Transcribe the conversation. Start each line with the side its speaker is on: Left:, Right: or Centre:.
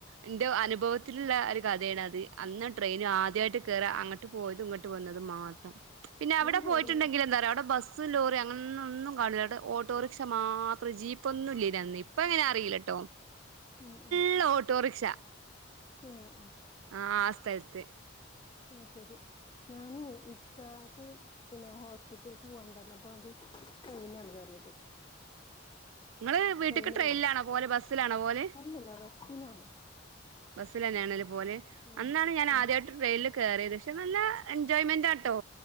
Right: എന്റെ അനുഭവത്തിലുള്ള ഒരു കഥയാണത് അന്ന് ട്രെയിന് ആദ്യയിട്ട് കേറാ അങ്ങട്ട് പോയതും ഇങ്ങട്ട് വന്നതും മാത്രം പിന്നെ അവിടെ
Left: ഞാൻ കേറിണ്
Right: പോയിട്ട്ണ്ടെങ്കില് എന്താറിയോ അവിടെ ബസ് ബസ്സും ലോറിയും അങ്ങനെയൊന്നും ഒന്നും കാണൂല്ലാട്ടാ ഓട്ടോറിക്ഷ മാത്രം ജീപ്പ് ഇപ്പം ഒന്നും ഇല്ലേനി അന്ന് ഇപ്പ എങ്ങനാന്ന് അറിയില്ലട്ടോ
Left: ഉം ഉം
Right: ഫുള്ള് ഓട്ടോറിക്ഷ
Left: ആഹ് ആഹ്
Right: ആഹ് ആ സ്ഥലത്ത്
Left: ഉം ശരി ഞാന് ഇക്കാക്ക് പിന്നെ ഹോസ്പിറ്റല്ക്ക് പോവണ്ട വന്നപ്പോ അത് <unintelligible>
Right: ഇങ്ങള് വീട്ട്ക്ക്
Left: ട്രെയിന്
Right: ട്രെയിനിലാണോ
Left: കേറി
Right: പോവല് ബസ്സിലാണോ പോവല്
Left: അല്ലല്ല ബസ്സിനാണ്
Right: ബസ്സിലെന്നെയാണ്ലേ പോവല്
Left: ഉം
Right: അന്നാണ് ഞാൻ
Left: ആഹ്
Right: ആദ്യായിട്ട് ട്രെയിനില് കേറിയത് പക്ഷെ നല്ല എൻജോയ്മെന്റാട്ടോ